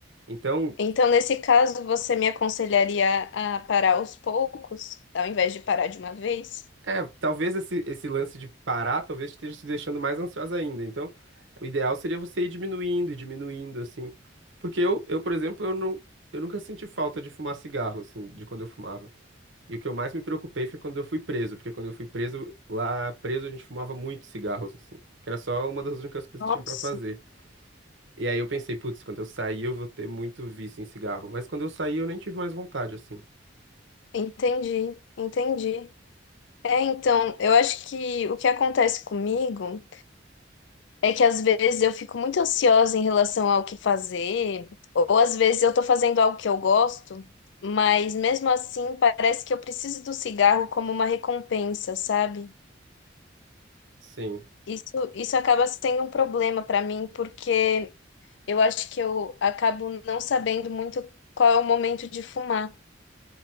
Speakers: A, on the right (about 75°); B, on the left (about 65°).
A: Então,
B: Então, nesse caso, você me aconselharia a parar aos poucos, ao invés de parar de uma vez?
A: é, talvez esse, esse lance de parar, talvez esteja te deixando mais ansiosa ainda. Então, o ideal seria você ir diminuindo e diminuindo, assim. Porque eu, eu, por exemplo, eu não, eu nunca senti falta de fumar cigarro, assim, de quando eu fumava. E o que eu mais me preocupei foi quando eu fui preso, porque quando eu fui preso, lá preso a gente fumava muito cigarros, assim, que era só uma das únicas coisas
B: Nossa.
A: que tinha pra fazer. E aí eu pensei, putz, quando eu sair eu vou ter muito vício em cigarro. Mas quando eu saí eu nem tive mais vontade, assim.
B: Entendi, entendi. É, então, eu acho que o que acontece comigo é que às vezes eu fico muito ansiosa em relação ao que fazer, ou às vezes eu tô fazendo algo que eu gosto, mas mesmo assim parece que eu preciso do cigarro como uma recompensa, sabe?
A: Sim.
B: Isso, isso acaba sendo um problema para mim, porque eu acho que eu acabo não sabendo muito qual é o momento de fumar.